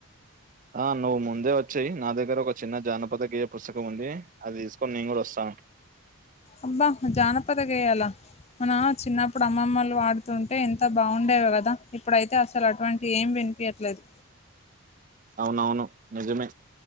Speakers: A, on the right; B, on the left.
A: ఆ నువ్వు ముందే వచ్చాయి నా దగ్గర ఒక చిన్న జానపదగేయ పుస్తకం ఉంది అది తీసుకొని నేను కూడా వస్తాను.
B: అబ్బా జానపద గేయాలా మన చిన్నప్పుడు అమ్మమ్మలు వాడు తుంటే ఎంత బాగుండేవి కదా ఇప్పుడైతే అసలు అటువంటి ఏం వినిపియట్లేదు.
A: అవునవును నిజమే